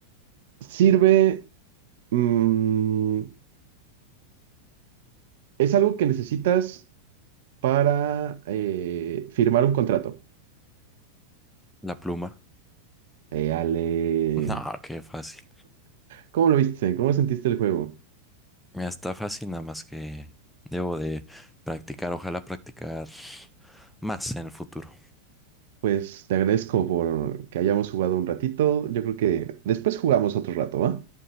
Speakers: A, on the right; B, in the centre.
A: Sirve. mm, es algo que necesitas para eh, firmar un contrato.
B: la pluma.
A: Eh, Ale.
B: No, qué fácil.
A: ¿Cómo lo viste? ¿Cómo sentiste el juego?
B: Me está fácil, nada más que debo de practicar, ojalá practicar más en el futuro.
A: Pues te agradezco por que hayamos jugado un ratito. Yo creo que después jugamos otro rato, ¿va?